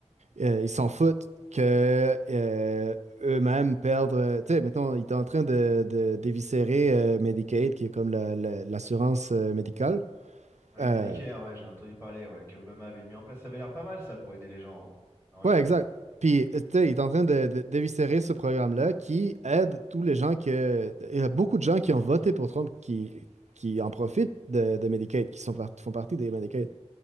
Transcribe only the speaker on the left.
Ah Oui,
Medicare, ouais, j'en ai entendu parler, ouais, que Obama avait mis en place. Ça avait l'air pas mal, ça, pour aider les gens, hein, quand même.